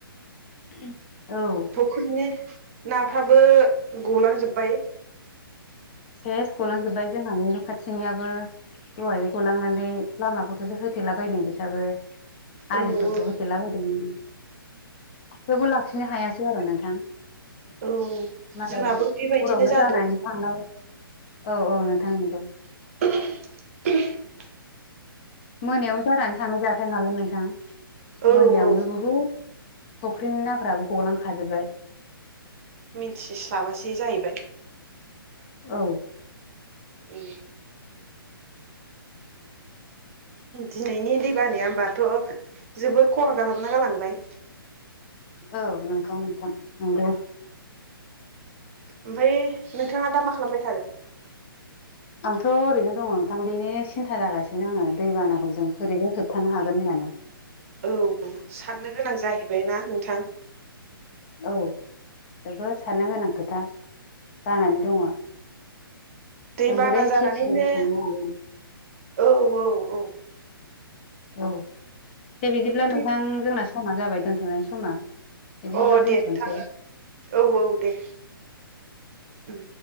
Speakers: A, on the left; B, on the right.
A: <inaudible> औौ
B: फुख्रिनि नाफ्राबो गलांजोबबाय
A: सेस गलांजोबबाय जोंहानि न' खाथिनियाबो दहायै गलांनानै लामाफोरखौसो होथेलाबायदों बिसाबो आलिफोरखौ
B: औ औ
A: होथेलाबायदोंमोन थेवबो लाखिनो हायासै आरो नोंथां।
B: औ
A: मालाय
B: जोंनाबो बेबायदिनो
A: हरावनो
B: जादों
A: जानानै थाङो। औ औ नोंथां नंगौ।
B: <inaudible>
A: मोनायाव जानानै थांनाय जाथाय नालाय नोंथां
B: औ
A: मोनायावनो
B: औ
A: बुहुद फुख्रिनि नाफ्राबो गलांखाजोबबाय।
B: मिथिस्लाबासै जाहैबाय
A: औ
B: उम।
A: <inaudible>
B: दिनैनि दै बानाया होमबाथ' जोबोर खहा खालामना गालांबाय।
A: औ नोंगौ नोंथां नोंगौ।
B: ओमफाय नोंथाङा दा मा खालामबाय थादों?
A: आंथ' ओरैनो दङ नोंथां बेनि सिन्था जागासिनो आङो दैबानाखौ जों बोरैनो होबथानो हागोन होनना। उम।
B: औ साननो गोनां जाहैबाय ना नोंथां?
A: औ जोबोद साननो गोनां खोथा जानानै दङ।
B: दैबाना
A: जों बोरै
B: जानानैनो
A: खेथिखौ बोखांनो हागोन।
B: औ औ औ
A: औ दे बिदिब्ला नोंथां
B: दे
A: जोंना समा जाबाय दोनथ'नोसाय समा। बिदिब्ला
B: अ
A: दोनथ'नोसै
B: दे नोंथां ओं औ औ दे। उम।